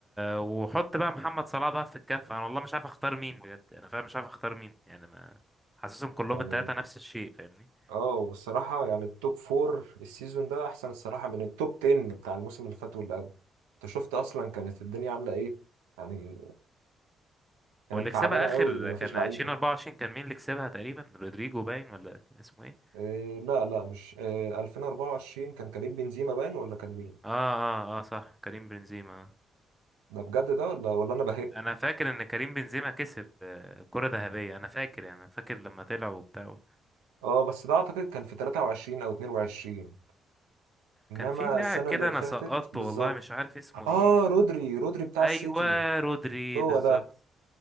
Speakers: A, in the centre; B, on the right.
A: وحط بقى محمد صلاح بقى في الكفة انا والله مش عارف اختار مين بجد انا فاهم مش عارف اختار مين يعني ما حاسسهم كلهم
B: يعني
A: التلاتة نفس الشيء فاهمني
B: آه والصراحة يعني التوب فور السيزون ده أحسن الصراحة من التوب 10 بتاع الموسم اللي فات واللي قبل أنت شفت أصلا كانت الدنيا عاملة إيه يعني كانت
A: واللي كسبها
B: تعبانة
A: اخر
B: قوي ومفيش
A: كان 20
B: لعيبة
A: 24 كان مين اللي كسبها تقريبا رودريجو باين ولا كان اسمه ايه
B: إيه لا لا مش إيه 2024 كان كريم بنزيما باين ولا كان مين
A: اه اه اه صح كريم بنزيما
B: ده بجد ده ولا ولا انا بهق
A: انا فاكر ان كريم بنزيما كسب آه، كرة ذهبية انا فاكر يعني أنا فاكر لما طلع وبتاع
B: اه بس ده اعتقد كان في 23 او 22 انما
A: كان في لاعب
B: السنه
A: كده
B: اللي
A: انا
B: فاتت
A: سقطته
B: بالظبط
A: والله مش عارف اسمه ايه
B: اه رودري رودري بتاع
A: ايوه
B: السيتي
A: رودري
B: هو
A: بالظبط
B: ده